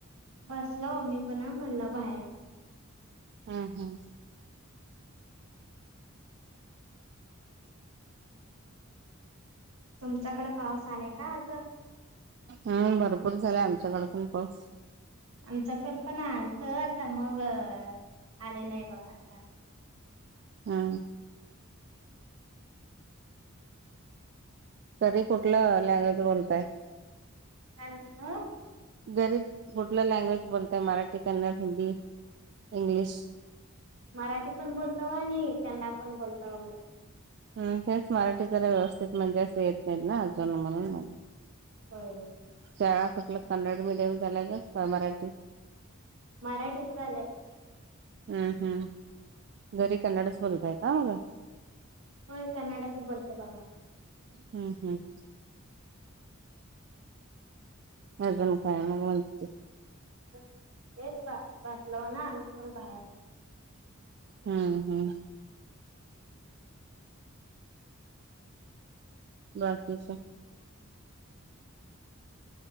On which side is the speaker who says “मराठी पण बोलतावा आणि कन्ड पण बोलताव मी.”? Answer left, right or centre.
Right